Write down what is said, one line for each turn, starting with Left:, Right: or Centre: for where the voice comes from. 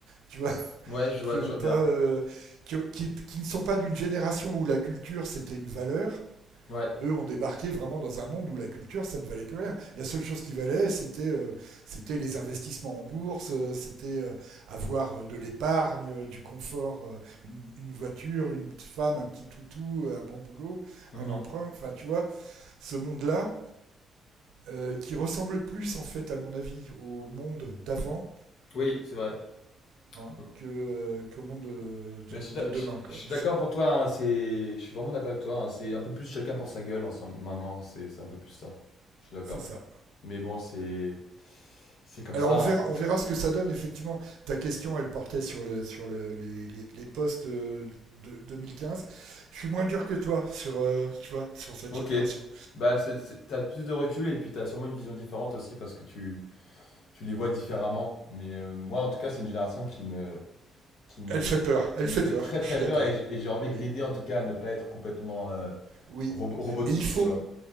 Right: tu vois
Left: ouais. Ouais, je
Right: qui
Left: vois, je
Right: ont
Left: vois
Right: pas,
Left: bien.
Right: euh, qui, qui, qui ne sont pas d'une génération où la culture c'était une valeur.
Left: Ouais.
Right: Eux ont débarqué vraiment dans un monde où la culture, ça ne valait plus rien. La seule chose qui valait, c'était euh, c'était les investissements en bourse, euh, c'était euh, avoir euh, de l'épargne, euh, du confort, euh, une, une, voiture, une femme, un petit toutou, euh, un bon boulot,
Left: Mhm.
Right: un emprunt. Enfin, tu vois, ce monde-là, euh, qui ressemble plus, en fait, à mon avis, au monde d'avant,
Left: Oui, c'est vrai.
Right: Hein,
Left: Mm.
Right: que, que, monde de, de,
Left: Mais je suis
Right: de
Left: d'a-
Right: demain.
Left: je-
Right: quoi.
Left: je suis d'accord pour toi, hein, c'est... Je suis vraiment d'accord avec toi, hein, c'est un peu plus chacun pour sa gueule ensemble. Maintenant, c'est c'est un peu plus ça. Je suis d'accord.
Right: C'est ça.
Left: Mais bon, c'est... C'est comme
Right: Alors
Left: ça,
Right: on
Left: hein.
Right: verra, on verra ce que ça donne effectivement. Ta question, elle portait sur le sur le, les, les, les postes euh, de 2015. Je suis moins dur que toi sur euh, tu vois sur cette
Left: Ok.
Right: génération.
Left: Bah, c'est- c'est- t'as plus de recul et puis t'as sûrement une vision différente aussi parce que tu, tu les vois différemment. Mais euh, moi, en tout cas, c'est une génération qui me, qui me,
Right: Elle fait peur, elle
Left: qui me
Right: fait
Left: fait
Right: peur.
Left: très
Right: Je
Left: très
Right: suis d'accord.
Left: peur et j'ai et j'ai envie
Right: Oui,
Left: de
Right: oui,
Left: l'aider en tout cas à ne pas être complètement euh,
Right: oui.
Left: rob- robotique,
Right: Et il faut,
Left: tu vois.